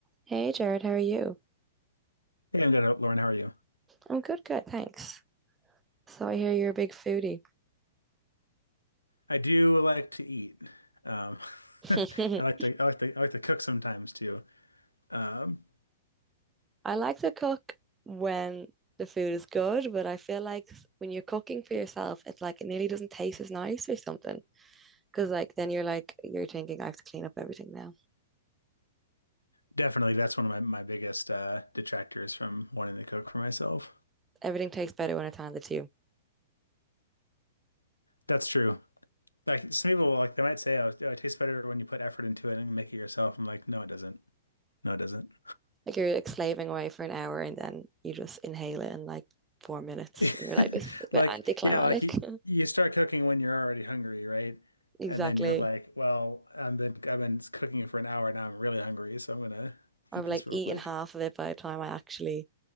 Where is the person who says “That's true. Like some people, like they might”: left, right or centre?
Left